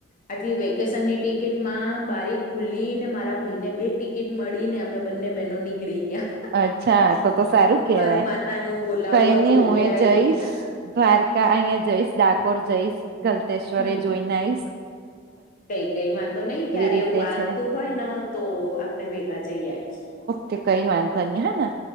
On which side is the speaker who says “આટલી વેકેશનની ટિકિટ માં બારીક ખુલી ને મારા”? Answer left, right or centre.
Left